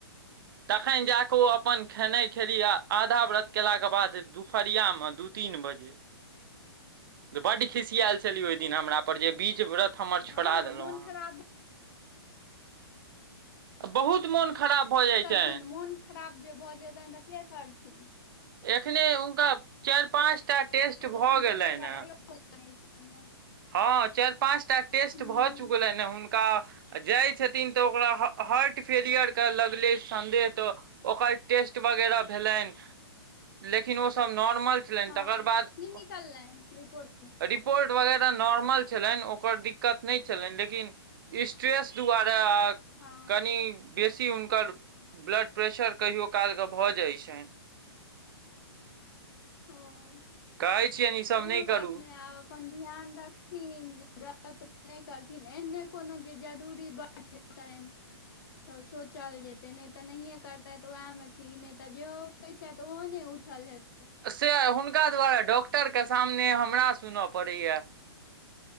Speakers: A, on the right; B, on the left.
A: तखन जा कऽ ओ अपन खेनाइ खेली आ आधा व्रत केलाक केँ बाद दु फरिया मे दू तीन बजे तऽ बड खुसियाल छलीै ओहि दिन हमरा पर जे बीच व्रत हमर छोड़ा
B: हँ
A: देलौ
B: मोन
A: अहाँ
B: खराब
A: <inaudible> बहुत मोन खराब भै जाइ छनि
B: थिन मोन खराब जे भऽ जेतनि तऽ केँ करथिन
A: एखने हुनका चाइर पाँचटा टेस्ट
B: जेतनि
A: भऽ
B: तऽ
A: भेलैन
B: कोइ कड़ाइयो
A: है
B: <unintelligible>
A: हँ चार पाँच टा टेस्ट
B: हुँ
A: भऽ चुकलैन ह हुनका आ जाइ छथिन तऽ ओकरा हार्ट फेलियरके लगलै सन्देह तऽ ओकर टेस्ट वगैरह भैलैन <inaudible> लेकिन ओसभ नॉर्मल छलैन
B: हँ
A: तकर बाद
B: की निकललनि
A: <inaudible>
B: रिपोर्ट
A: रिपोर्ट वगैरह नॉर्मल छलनि ओकर दिक्कत नहि छलनि लेकिन स्ट्रेस दआारे
B: हँ
A: कनि बेसी हुनकर ब्लड प्रेशर कहियौ काल के भऽ जाइत छन
B: ओ
A: कहै छियनि ई
B: कोनो
A: सब नहि
B: बात
A: करू
B: आब अपन ध्यान रखथिन जे व्रत नहि करथिन एहने कोनो जे जरूरी बर्थ तऽ सोचल जेतै नहि तऽ नहिे करते तऽ उएह मे ठीक ने तऽ जेहो छैऽ ओहो नहि उठल हे
A: से हुनका द्वारे डॉक्टर के सामने हमरा सुनय पड़ैए